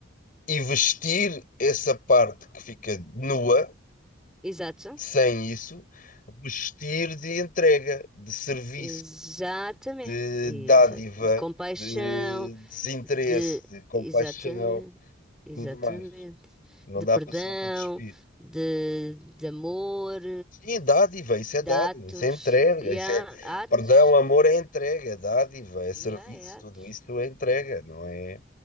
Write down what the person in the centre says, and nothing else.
exato.
Exatamente,
exa-
de compaixão,
de
exatamente, exatamente,
de
perdão,
de, de amor,
de atos,
e
há
atos,
e
há é atos.